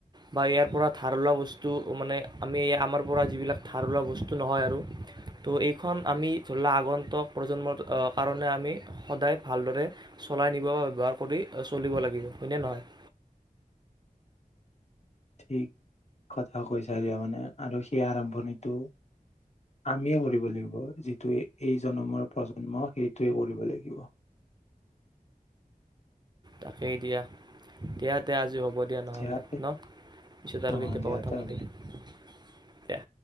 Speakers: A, on the right; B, on the left.
A: বা ইয়াৰ পৰা ধাৰ ওলোৱা বস্তু মানে আমি আমাৰ পৰা যিবিলাক ধাৰ ওলোৱা বস্তু নহয় আৰু তো এইখন আমি ধলা আগন্ত প্ৰজন্মৰ কাৰণে আমি সদায় ভালদৰে চলাই নিব বা ব্যৱহাৰ কৰি চলিব লাগিব হয়নে নহয়
B: ঠিক কথা কৈছা দিয়া মানে আৰু সেই আৰম্ভণিটো আমিয়ে কৰিব লাগিব যিটো এই জনমৰ প্ৰজন্ম সেইটোৱে কৰিব লাগিব
A: তাকেই এতিয়া দিয়া তে আজি হ'ব হ'ব দিয়া নহ'লে
B: ইয়াতে
A: ন পিছত আৰু
B: অ
A: কেতিয়াবা
B: দিয়া
A: কথা
B: তে
A: পাতিম
B: হ'ব
A: এতিয়া।